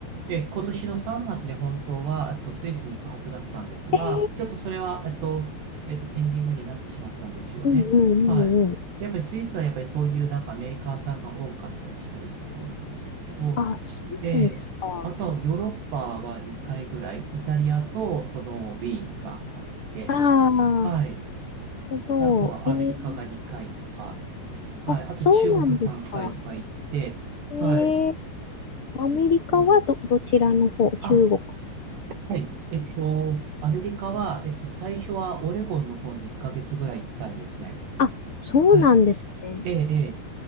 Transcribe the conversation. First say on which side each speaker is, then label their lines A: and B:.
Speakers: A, on the right; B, on the left.
A: え、今年の3月に本当は、えっと、スイスに行くはずだったんですが、
B: ー、
A: ちょっとそれは、えっと、えっと、ペンディングになってしまったんですよね。
B: うんうんうんうん。
A: はい。でやっぱりスイスはやっぱりそういうなんかメーカーさんが多かったりしたりするのでいいんですけど、
B: あ、そうなんですか。
A: ええ、あと、ヨーロッパは2回ぐらい、イタリアとそのウィーンがあって、
B: ああ、なる
A: はい。
B: ほ
A: であとはアメリカが2回とか、
B: ど。えー、
A: はい。
B: あ、
A: あと中国3回とか行って、
B: そうなんですか。え
A: はい。
B: ー、アメリカはど、
A: 結構、
B: どちらの方、中国。
A: あ、はい。えっと、アメリカは、えっと、最初はオレゴンの方に1ヶ月ぐらい行ったんですね。
B: あ、そうなんですね。
A: はい。ええ、